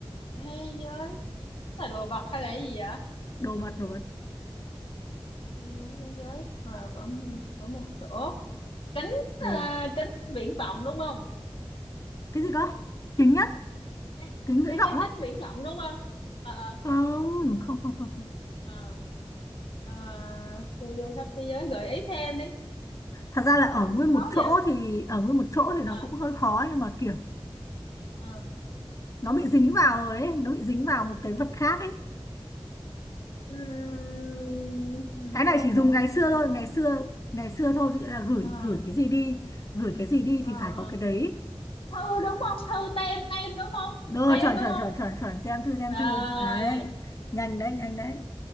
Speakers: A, on the left; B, on the left.
A: thế giới là đồ vật hay là cái gì vậy
B: Đồ vật, đồ vật.
A: chu du khắp thế giới mà vẫn ở một chỗ kính
B: Ừ.
A: à, kính viễn vọng đúng không
B: Cái gì cơ? Kính nhất,
A: cái
B: kính viễn
A: cái
B: vọng
A: cái
B: á?
A: kính viễn vọng đúng không ờ ờ
B: Không, không, không, không. không.
A: ờ à, chu du khắp thế giới gợi ý thêm đi
B: Thật ra là
A: Ừ,
B: ở nguyên một
A: khó
B: chỗ
A: vậy
B: thì ở nguyên một chỗ thì nó
A: ờ
B: cũng hơi khó nhưng mà kiểu
A: ờ
B: nó bị dính vào rồi ấy, nó bị dính vào một cái vật khác ấy.
A: Ừm,
B: cái này
A: trong
B: chỉ dùng
A: một
B: ngày xưa
A: chỗ
B: thôi ngày xưa ngày xưa thôi ví dụ là gửi
A: ờ
B: gửi cái gì đi gửi cái gì đi
A: ờ
B: thì phải
A: ờ
B: có cái đấy
A: thư đúng không thư tem tem đúng không
B: rồi
A: tem
B: chuẩn
A: đúng
B: chuẩn
A: không
B: chuẩn chuẩn chuẩn tem thư tem
A: rồi
B: thư đấy nhanh đấy nhanh đấy